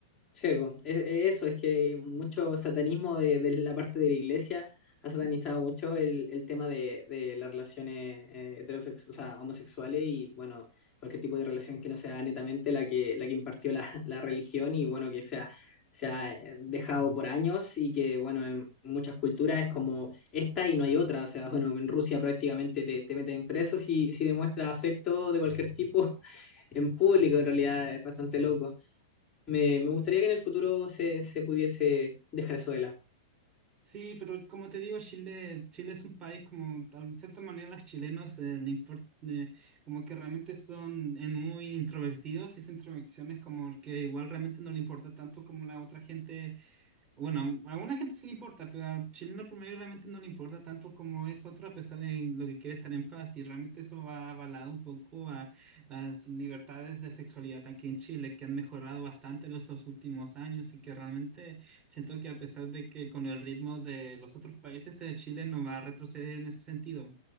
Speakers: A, on the left (about 25°); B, on the right (about 25°).
A: Sí, po. E- e- eso es que mucho satanismo de, de la parte de la iglesia ha satanizado mucho el, el tema de, de las relaciones heterosexuales, o sea, homosexuales y bueno, cualquier tipo de relación que no sea netamente la que, la que impartió la, la religión y bueno, que sea, se ha eh, dejado por años y que bueno, en muchas culturas es como esta y no hay otra, o sea, bueno, en Rusia prácticamente te, te meten preso si, si demuestras afecto de cualquier tipo <laughs> en público, en realidad es bastante loco. Me, me gustaría que en el futuro se, se pudiese dejar eso de lado.
B: Sí, pero como te digo, Chile, Chile es un país como, de cierta manera, los chilenos eh, le import- eh, como que realmente son en muy introvertidos y esa introversión es como que igual realmente no le importa tanto como la otra gente bueno, a alguna gente sí le importa, pero al chileno promedio realmente no le importa tanto como es otro, a pesar de lo que quiere estar en paz. Y realmente eso va avalado un poco a las libertades de sexualidad aquí en Chile, que han mejorado bastante en estos últimos años y que realmente siento que a pesar de que con el ritmo de los otros países, eh, Chile no va a retroceder en ese sentido.